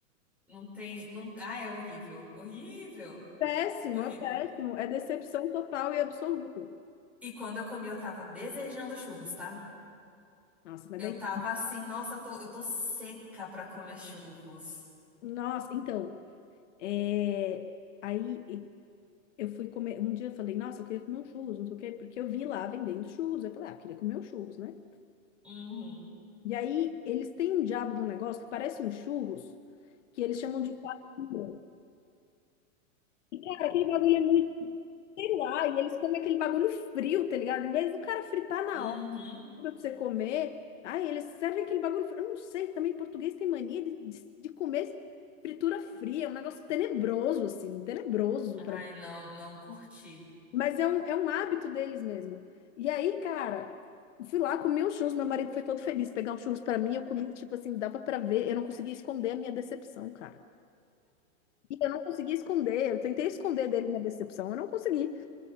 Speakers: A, in the centre; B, on the left.
A: Não tem, não, ah, é horrível, horrível,
B: Péssimo,
A: horrível.
B: é péssimo. É decepção total e absoluta.
A: E quando eu comi, eu tava desejando churros, tá?
B: Nossa, mas
A: Eu
B: daí.
A: tava assim, nossa, eu tô, eu tô seca pra comer churros.
B: Nossa, então. é, Aí e- eu fui comer. Um dia eu falei, nossa, eu queria comer um churros, não sei o quê, porque eu vi lá vendendo churros. Eu falei, ah, eu queria comer um churros, né?
A: Uhum,
B: E aí eles têm um diabo de um negócio que parece um churros, que eles chamam de farinha. E, cara, aquele bagulho é muito, sei lá, e eles comem aquele bagulho frio, tá ligado? Em vez do cara fritar na
A: uhum.
B: pra você comer. Aí eles servem aquele bagulho. Eu não sei, também português tem mania de, de, de comer fritura fria, é um negócio tenebroso, assim, tenebroso.
A: Ai,
B: Pra...
A: não, não curti.
B: Mas é um, é um hábito deles mesmo. E aí, cara, fui lá, comi os churros, meu marido foi todo feliz pegar os churros pra mim, eu comi, tipo assim, dava pra ver, eu não conseguia esconder a minha decepção, cara. E eu não conseguia esconder, eu tentei esconder dele minha decepção, eu não consegui.